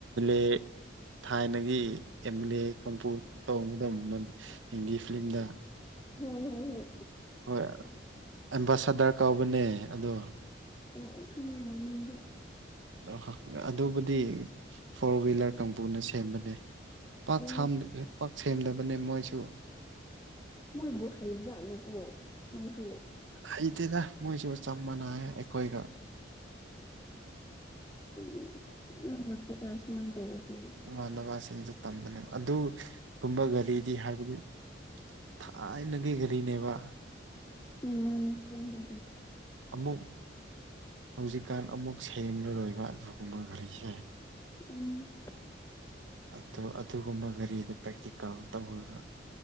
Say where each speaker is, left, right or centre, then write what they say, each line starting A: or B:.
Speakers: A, on the right (about 80°); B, on the left (about 20°).
A: ꯑꯦ ꯊꯥꯏꯅꯒꯤ ꯑ ꯑꯦꯜ ꯑꯦ ꯀꯝꯄꯨ ꯇꯧꯕꯗꯅꯤ ꯍꯤꯟꯗꯤ ꯐꯤꯂꯝꯗ
B: ꯍꯣꯏ ꯍꯣꯏ
A: ꯍꯣꯏ ꯑꯦꯝꯕꯥꯁꯗꯔ ꯀꯧꯕꯅꯦ ꯑꯗꯣ
B: ꯑꯣ ꯑꯣ ꯈꯪꯗꯦ ꯃꯃꯤꯡꯗꯤ
A: ꯑ ꯑꯗꯨꯕꯨꯗꯤ ꯐꯣꯔ ꯋꯤꯂꯔ ꯀꯥꯡꯕꯨꯅ ꯁꯦꯝꯕꯅꯦ ꯄꯥꯛ
B: ꯑꯣ
A: ꯁꯝ ꯁꯦꯝꯗꯕꯅꯦ ꯃꯣꯏꯁꯨ
B: ꯃꯣꯏꯕꯨ ꯍꯩꯕ ꯖꯥꯠꯂꯣꯀꯣ ꯃꯣꯏꯁꯨ
A: ꯍꯩꯇꯦꯗ ꯃꯣꯏꯁꯨ ꯆꯞ ꯃꯥꯟꯅꯑꯦ ꯑꯩꯈꯣꯏꯒ
B: ꯆꯨꯝꯃꯤ ꯌꯝ ꯅꯨꯉꯥꯏꯇꯦꯗ ꯁꯨꯃꯥꯏ ꯇꯧꯔꯗꯤ
A: ꯏꯃꯥꯟꯅꯕꯁꯤꯡꯗꯨ ꯇꯝꯕꯅꯦꯕ ꯑꯗꯨ ꯀꯨꯝꯕ ꯒꯥꯔꯤꯗꯤ ꯍꯥꯏꯕꯗꯤ ꯊꯥꯏꯅꯒꯤ ꯀꯔꯤꯅꯦꯕ
B: ꯃꯥꯅꯦ ꯈꯪꯒ
A: ꯑꯃꯨꯛ ꯍꯧꯖꯤꯛꯀꯥꯟ ꯑꯃꯨꯛ ꯁꯦꯝꯡꯂꯔꯣꯏꯕ ꯑꯗꯨꯒꯨꯝꯕ ꯘꯔꯤꯁꯦ
B: ꯎꯝ
A: ꯑ ꯑꯗꯨꯒꯨꯝꯕ ꯒꯥꯔꯤꯗꯣ ꯄ꯭ꯔꯦꯛꯇꯤꯀꯦꯜ ꯇꯧꯔꯒ